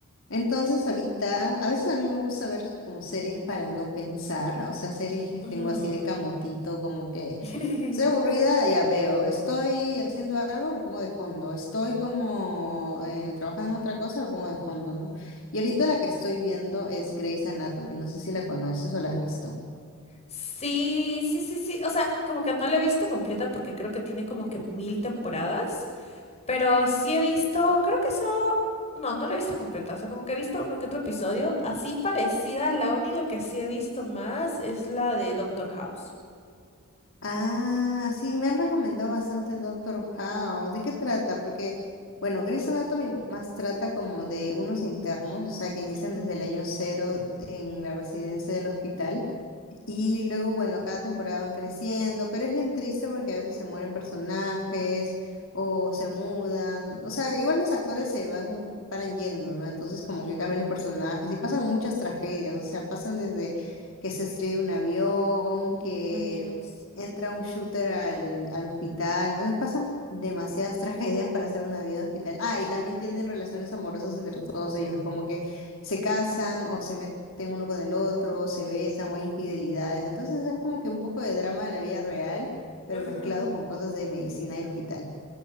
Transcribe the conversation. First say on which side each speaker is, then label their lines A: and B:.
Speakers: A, on the left; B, on the left.
A: Entonces ahorita, a veces a mí me gusta ver como series para no pensar, o sea, series que
B: Ujú.
A: tengo así de camotito, como que
B: <laughs>
A: estoy aburrida, ya veo, estoy haciendo algo, lo pongo de fondo, estoy como eh, trabajando en otra cosa, lo pongo de fondo, ¿no? Y ahorita la que estoy viendo es Grey's Anatomy, no sé si la conoces o la has visto.
B: Sí, sí, sí, sí. O sea, como que no la he visto completa porque creo que tiene como que mil temporadas. Pero sí he visto, creo que solo. No, no la he visto completa. O sea, como que he visto uno que otro episodio. Así parecida, la única que sí he visto más es la de Doctor House.
A: Ah, sí, me han recomendado bastante Doctor House. ¿De qué trata? Porque, bueno, Grey's Anatomy más trata como de unos internos, o sea, que inician
B: Ujú,
A: desde el año cero en la residencia del hospital. Y luego, bueno, cada temporada van creciendo, pero es bien triste porque a veces se mueren personajes o se mudan. O sea, igual los actores
B: ujú,
A: se van, paran yendo, ¿no? Entonces como
B: ujú.
A: que cambian los personajes y pasan muchas tragedias. O sea, pasan desde que se estrella un avión, que
B: Ay, Dios.
A: entra un shooter al, al hospital. Entonces pasan demasiadas tragedias para hacer una vida de hospital. Ah, y también tienen relaciones amorosas entre todos ellos, como que se casan o se meten uno con el otro, se besan o hay infidelidades. Entonces es como que un poco de drama de la vida real, pero
B: Ujú.
A: mezclado con cosas de medicina y hospital.